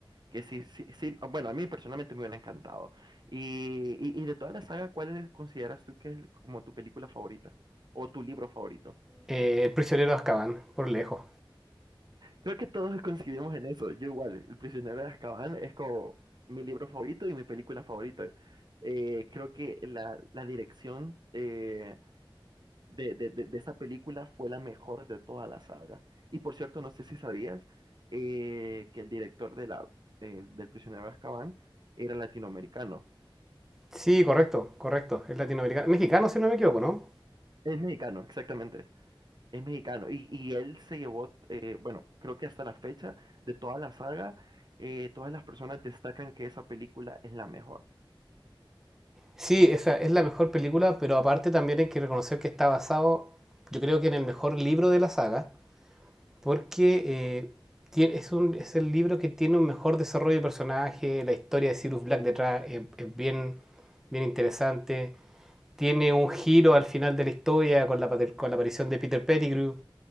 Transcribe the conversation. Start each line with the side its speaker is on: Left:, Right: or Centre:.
Right: Que sí, sí, sí, ah, bueno, a mí personalmente me hubiera encantado. Y, y, y de toda la saga, ¿cuál es- consideras tú que es como tu película favorita o tu libro favorito?
Centre: Eh, el prisionero de Azkaban, por lejos.
Right: Creo que todos coincidimos en eso. Yo igual, El prisionero de Azkaban es como mi libro favorito y mi película favorita. Eh, creo que la, la dirección eh, de, de- de- de esa película fue la mejor de toda la saga. Y por cierto, no sé si sabías eh, que el director de la, eh, del prisionero de Azkaban era latinoamericano.
Centre: Sí, correcto, correcto. Es latinoamericano. Mexicano, si no me equivoco, ¿no?
Right: Es mexicano, exactamente. Es mexicano. Y, y él se llevó, eh, bueno, creo que hasta la fecha de toda la saga, eh, todas las personas destacan que esa película es la mejor.
Centre: Sí, esa es la mejor película, pero aparte también hay que reconocer que está basado, yo creo que en el mejor libro de la saga, porque eh, tie- es, un- es el libro que tiene un mejor desarrollo de personaje, la historia de Cyrus Black detrás es, es bien, bien interesante, tiene un giro al final de la historia con la, pater- con la aparición de Peter Pettigrew,